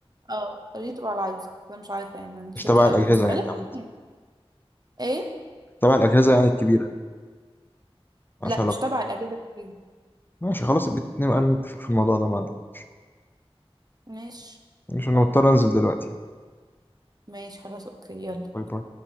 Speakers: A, on the right (about 40°); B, on the left (about 20°).
A: اه قالوا لي تبقى على العروسه انا مش عارفه يعني ما عنديش
B: مش
A: فكره
B: تبع
A: قوي
B: الاجهزه
A: بس غالبا
B: يعني عامه
A: يعني. ايه
B: تبع الاجهزه يعني الكبيره ملهاش
A: لا
B: علاقة
A: مش تبع الاجهزه الكبيره
B: ماشي خلاص بت- نبقى نتفق في الموضوع ده بعدين <laughs> ماشي.
A: ماشي
B: عشان
A: اتفقنا.
B: مضطر انزل دلوقتي
A: ماشي خلاص اوكي يلا
B: باي باي